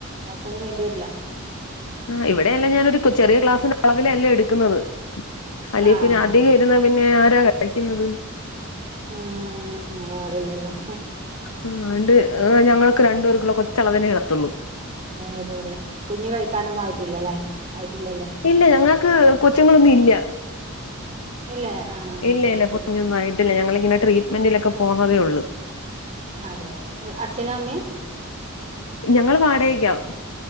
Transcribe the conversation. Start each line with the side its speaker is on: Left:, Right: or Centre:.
Right: മാസൊന്നും വേണ്ടിവരില്ല
Left: ആ ഇവിടെയെല്ലാം ഞാനൊരു ചെറിയ ഗ്ലാസ്സിന്റെ അളവിലല്ലേ എടുക്കുന്നത് അല്ലെ
Right: ആഹ്
Left: പിന്നെ അധികം ഇരുന്നാ പിന്നെ ആരാ കഴിക്കുന്നത്
Right: ഉം അതാളില്ലല്ലോ
Left: ആ ആണ്ട് ഞങ്ങക്ക് രണ്ടു പേർക്കുള്ള ഭ റ്റളവിനേ ഇടത്തൊള്ളൂ
Right: ഇടുള്ളു കുഞ്ഞ് കയിക്കാനൊന്നും ആയിട്ടില്ലല്ലെ ആയിട്ടില്ലല്ലോ
Left: ഇല്ല ഞങ്ങൾക്ക് കൊച്ചുങ്ങളൊന്നും ഇല്ല
Right: ഇല്ല ആഹ്
Left: ഇല്ല
Right: അത്
Left: ഇല്ല
Right: ശരി
Left: കുഞ്ഞൊന്നും ആയ ഞങ്ങളിങ്ങനെ ട്രീറ്റ്മെന്റിലൊക്കെ പോന്നതേള്ളൂ
Right: അതെ അച്ഛനും അമ്മയും
Left: ഞങ്ങള് വാടകക്കാ